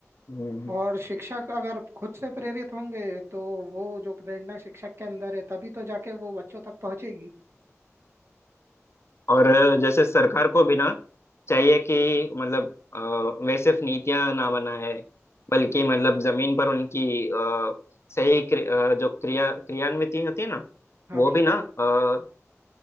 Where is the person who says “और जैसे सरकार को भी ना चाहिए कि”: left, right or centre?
Left